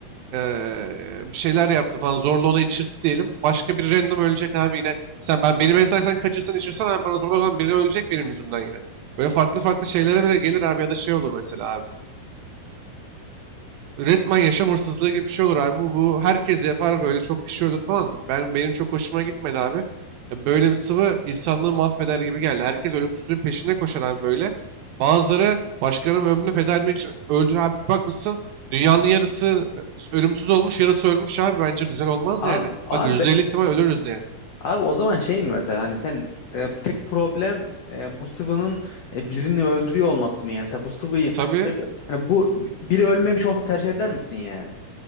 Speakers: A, on the right; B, on the left.
A: Eee, bir şeyler yaptı falan zorla ona içirdi diyelim. Başka bir random ölecek abi yine. Sen ben beni mesela sen kaçırsan içirsen abi bana zorla o zaman biri ölecek benim yüzümden yine. Böyle farklı farklı şeylere bile gelir abi ya da şey olur mesela abi. Resmen yaşam hırsızlığı gibi bir şey olur abi. Bu, bu herkes yapar böyle çok kişi ölür falan. Ben benim çok hoşuma gitmedi abi. Ya Böyle bir sıvı insanlığı mahveder gibi geldi. Herkes ölümsüzlüğün peşine koşar abi böyle. Bazıları başkalarının ömrünü feda etmek için öldür abi. Bir Bakmışsın dünyanın yarısı e, ölümsüz olmuş, yarısı ölmüş abi. Bence güzel olmaz
B: Abi
A: yani.
B: abi
A: Bak %50
B: be-
A: ihtimal ölürüz yani.
B: abi o zaman şey mi mesela hani sen e, tek problem e, bu sıvının e, birini öldürüyor olması mı yani? Mesela bu sıvıyı
A: Tabii
B: hani bu biri ölmemiş olsa tercih eder misin yani?